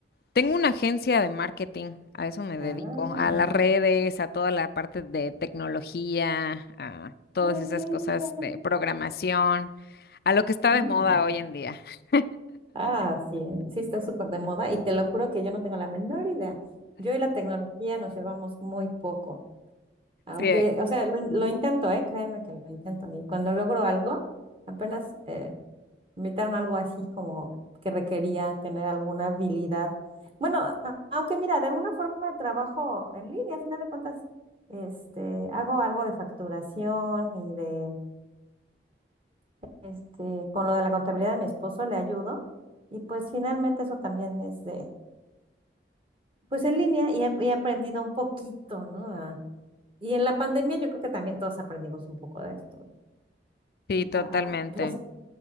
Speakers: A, on the left (about 60°); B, on the right (about 30°).
A: Tengo una agencia de marketing, a eso me dedico,
B: Ah,
A: a las redes, a toda la parte de tecnología, a todas
B: ok,
A: esas cosas
B: mira.
A: de programación, a lo que está
B: Mm.
A: de moda hoy en día. <laughs>
B: Ah, sí, eh, sí está súper de moda y te lo juro que yo no tengo la menor idea. Yo y la tecnología nos llevamos muy poco. Aunque,
A: Sí,
B: o sea, lo, in- lo intento, ¿eh? Créeme que lo intento. Y cuando logro algo, apenas eh, me invitaron a algo así como que requería tener alguna habilidad. Bueno, a- aunque mira, de alguna forma trabajo en línea, a final de cuentas, este, hago algo de facturación y de, este, con lo de la contabilidad de mi esposo le ayudo. Y pues finalmente eso también es de, pues en línea y he, he aprendido un poquito, ¿no? A- y en la pandemia yo creo que también todos aprendimos un poco de esto.
A: sí, totalmente.
B: a- a- pues así-